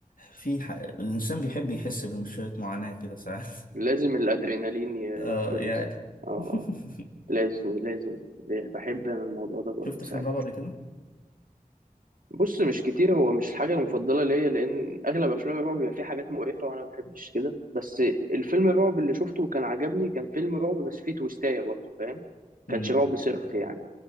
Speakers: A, on the left (about 70°); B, on the right (about 70°).
A: في ح... الانسان بيحب يحس بشويه معاناه كده ساعات
B: لازم الأدرينالين ي-
A: آه
B: يتفرز
A: يا عيلة
B: اه آه.
A: <laughs>
B: لازم لازم بحب أنا الموضوع ده برضه
A: شفت أفلام
B: ساعات
A: رعب قبل كده؟
B: بص مش كتير هو مش الحاجة المفضلة ليا لأن أغلب أفلام الرعب بيبقى فيه حاجات مقرفة وأنا ما بحبش كده بس الفيلم الرعب اللي شفته وكان عجبني كان فيلم رعب بس فيه تويستاية برضه فاهم ما
A: مم.
B: كانش رعب صرف يعني